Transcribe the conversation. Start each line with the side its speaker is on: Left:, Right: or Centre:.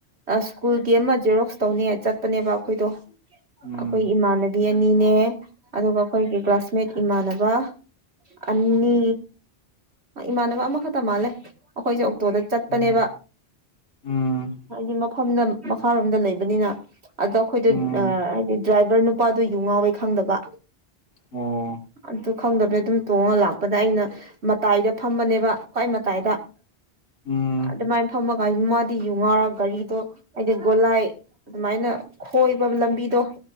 Right: ꯑ ꯁ꯭ꯀꯨꯜꯒꯤ ꯑꯃ ꯖꯦꯔꯣꯛꯁ ꯇꯧꯅꯤ ꯆꯠꯄꯅꯦꯕ ꯑꯩꯈꯣꯏꯗꯣ
Left: ꯎꯝ
Right: ꯑꯩꯈꯣꯏ ꯏꯃꯥꯟꯅꯕꯤ ꯑꯅꯤꯅꯦ ꯑꯗꯨꯒ ꯑꯩꯈꯣꯏꯒꯤ ꯀ꯭ꯂꯥꯁꯃꯦꯠ ꯏꯃꯥꯟꯅꯕ ꯑꯅꯤ ꯏꯃꯥꯟꯅꯕ ꯑꯃꯈꯛꯇ ꯃꯥꯜꯂꯦ ꯑꯩꯈꯣꯏꯁꯦ ꯑꯣꯛꯇꯣꯗ ꯆꯠꯄꯅꯦꯕ
Left: ꯎꯝ ꯎꯝ
Right: ꯍꯥꯏꯗꯤ ꯃꯐꯝꯗ ꯃꯈꯥꯔꯣꯝꯗ ꯂꯩꯕꯅꯤꯅ ꯑꯗꯣ ꯑꯩꯈꯣꯏꯗꯣ
Left: ꯎꯝ
Right: ꯑ-ꯍꯥꯏꯗꯤ ꯗ꯭ꯔꯥꯏꯚꯔ ꯅꯨꯄꯥꯗꯣ ꯌꯨ ꯉꯥꯎꯋꯦ ꯈꯪꯗꯕ
Left: ꯑꯣ
Right: ꯑꯗꯨ ꯈꯪꯗꯕꯅꯦ ꯑꯗꯨꯝ ꯇꯣꯡꯉ ꯂꯥꯛꯄꯗ ꯑꯩꯅ ꯃꯇꯥꯏꯗ ꯐꯝꯕꯅꯦꯕ ꯈ꯭ꯋꯥꯏ ꯃꯇꯥꯏꯗ
Left: ꯎꯝ
Right: ꯑꯗꯨꯃꯥꯏꯅ ꯐꯝꯃꯒ ꯃꯥꯗꯤ ꯌꯨ ꯉꯥꯎꯔꯒ ꯒꯥꯔꯤꯗꯣ ꯍꯥꯏꯗꯤ ꯒꯣꯂꯥꯏ ꯑꯗꯨꯃꯥꯏꯅ ꯈꯣꯏꯕ ꯂꯝꯕꯤꯗꯣ